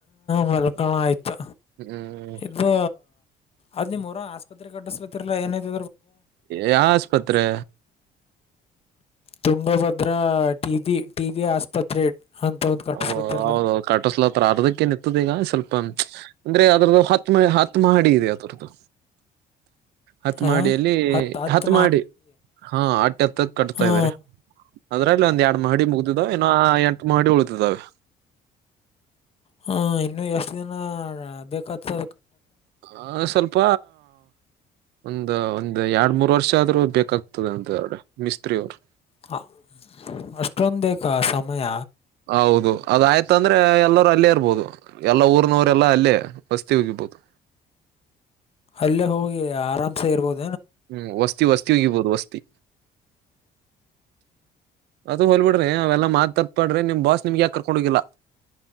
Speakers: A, on the left; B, on the right.
A: ವಲ್ಕಮ ಆಯ್ತು
B: ಹ್ಮ್
A: ಇದು ಅದ್ ನಿಮ್ೂಊರ ಆಸ್ಪತ್ರೆ ಕಟ್ಟಿಸ್ಬೇಕತಿಲ್ಲ ಏನಿದ
B: ಯಾವ ಆಸ್ಪತ್ರೆ
A: ತುಂಗಭದ್ರ ಟಬಿ ಟಬಿ ಆಸ್ಪತ್ರೆ ಅಂತ ಒಂದು ಕಟ್ಟಿಸ್ಲತ್ತಿರಲ್ಲ
B: ಓ ಹೌದ ಕಟಸ್ಲ ಹತ್ರ ಅರ್ದಕ್ಕೇ ನಿ ಈಗ ಸ್ವಲ್ಪ ಅಂದ್ರೆ ಅದ್ರದ್ದು ಹತ್ತು ಮ ಹತ್ತು ಮಹಡಿ ಇದೆ ಅದರದ್ದು ಹತ್
A: ಹಾಂ
B: ಮಾಡಿಯಲ್ಲಿ
A: ಹತ್ತು ಹತ್ತು
B: ಹತ್ ಮಾಡಿ ಹಾ ಅಟ್ಟಿ ಹತ್ತದ ಕಟ್ತಾ
A: ಹ್ಞೂ
B: ಇದಾರೆ ಅದ್ರಲ್ಲಿ ಒಂದ್ ಎರಡ್ ಮಹಡಿ ಮುಗತಿದ್ದಾವೆ ಇನ್ನುೊ ಎಂಟು ಮಹಡಿ ಉಳಿತಿದ್ದಾವೆ
A: ಹ ಇನ್ನು ಎಷ್ಟು ದಿನ ಬೇಕ್ತದ
B: ಅ ಸ್ವಲ್ಪ ಒಂದ ಒಂದ್ ಎರಡ್ ಮೂರ್ ವರ್ಷ ಆದ್ರೂ ಬೇಕಾಗ್ತದ ಅಂತ ಎ ಮಿಸ್ತ್ರಿ ಅವರು
A: ಹ ಅಷ್ಟೊಂದು ಬೇಕಾ ಸಮಯ
B: ಹೌದು ಅದ ಆಯ್ತ ಅಂದ್ರೆ ಎಲ್ಲರೂ ಅಲ್ಲೇ ಇರ್ಬೋದು ಎಲ್ಲಾ ಊರ್ನವರೆ ಎಲ್ಲಾ ಅಲ್ಲೇ ಬಸ್ತಿ ಹಗಿರ್ಬೋದು
A: ಅಲ್ಲೇ ಹೋಗಿ ಆರಾಮ್ಸ ಇರ್ಬೋದು
B: ಹ್ಮ್ ವಸ್ತಿ ವಸ್ತಿ ಹೋಗಿರ್ಬೋದು ವಸ್ತಿ ಅದು ಹೊಲ್ಬಿಡ್ರಿ ಅವೆಲ್ಲ ಮಾತ್ ತತ್ಾಡ್ರೆ ನಿಮ್ ಬಾಸ್ ನಿಮ್ಗೆ ಯಾಕ ಕರ್ಕೊಂಡ ಹೋಗಿಲ್ಲ